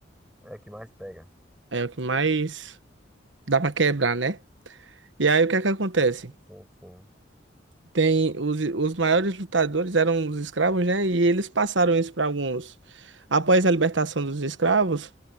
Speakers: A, in the centre; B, on the right (about 80°).
A: É o que mais pega.
B: É o que mais dá pra quebrar, né? E aí o que é que acontece?
A: Sim, sim,
B: Tem os, os maiores lutadores eram os escravos, né? E eles passaram isso para alguns. Após a libertação dos escravos,